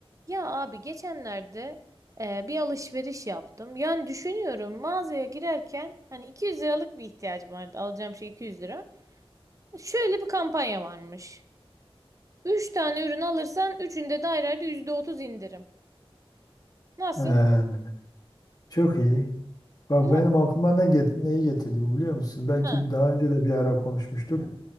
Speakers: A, on the right; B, on the left.
A: Ya abi geçenlerde e, bir alışveriş yaptım. Yani düşünüyorum mağazaya girerken hani 200 liralık bir ihtiyacım vardı. Alacağım şey 200 lira. Şöyle bir kampanya varmış. 3 tane ürün alırsan üçünde de ayrı ayrı %30 indirim. Nasıl?
B: Ee, çok iyi. Bak
A: Ula-
B: benim aklıma ne get neyi getirdi bu biliyor musun? Belki
A: Ha.
B: bir daha önce de bir ara konuşmuştuk.